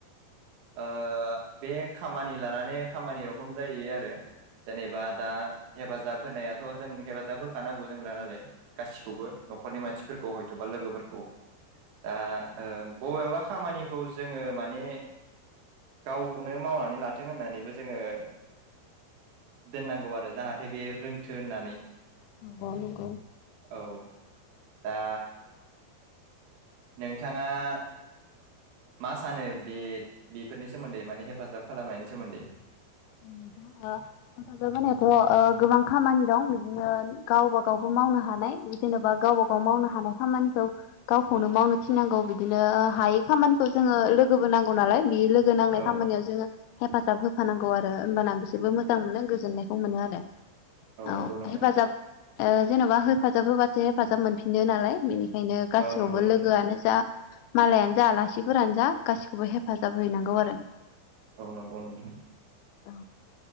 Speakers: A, on the right; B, on the left.
A: ओ बे खामानि लानानै खामानि रखम जायो आरो। जेनेबा दा हेफाजाब होनोनायाथ' जों हेफाजाब होखानांगौ जोंना नालाय। गासिखौबो न'खरनि मानसिफोरखौ हयथ'बा लोगोफोरखौ। दा ओ बबेबा खामानिखौ जोङो माने गावखौनो मावनानै लाथों होननानैबो जोङो <inaudible> दोननांगौ जाहाथे बियो रोंथो होननानै
B: औ औ नंगौ।
A: औ दा नोंथाङा <inaudible> मा सानो बे बिफोरनि सोमोन्दै माने हेफाजाब
B: <inaudible>
A: खालामनायनि सोमोन्दै
B: उम दा ओ हेफाजाब होनायाथ' ओ गोबां खामानि दं बिदिनो गावबा गावबो मावनो हानाय जेनबा गावबा गाव मावनो हानाय खामानिखौ गावखौनो मावनो थिननांगौ बिदिनो हायै खामानिखौ जोङो लोगोबो नांगौ नालाय बे लोगो नांनाय
A: औ
B: खामानियाव जोङो हेफाजाब होफानांगौ आरो होमबाना बिस बो मोजां
A: औ
B: मोनो गोजोन्नाय खौ मोनो आरो। औ
A: नंगौ नोंथां
B: हेफाजाब ओ जेनबा हेफाजाब होबासो हेफाजाब मोनफिननो नालाय बेनि खायनो गासिबावबो
A: औ नंगौ नोंथां
B: लोगोआनो जा मालायानो जा आलासिफोरानो जा गासिखौबो हेफाजाब हैनांगौ आरो।
A: औ नोंगौ नोंथां‌।
B: औ।